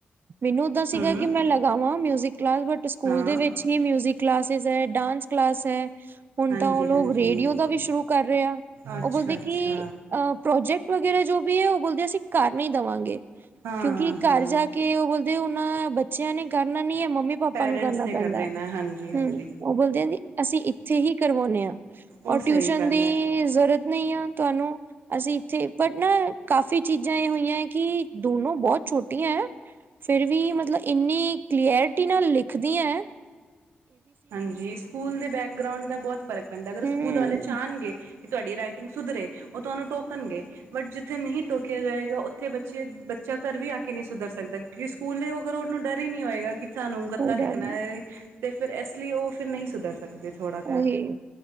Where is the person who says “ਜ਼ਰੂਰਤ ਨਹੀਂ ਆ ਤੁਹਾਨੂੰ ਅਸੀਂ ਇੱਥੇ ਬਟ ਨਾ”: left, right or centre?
Right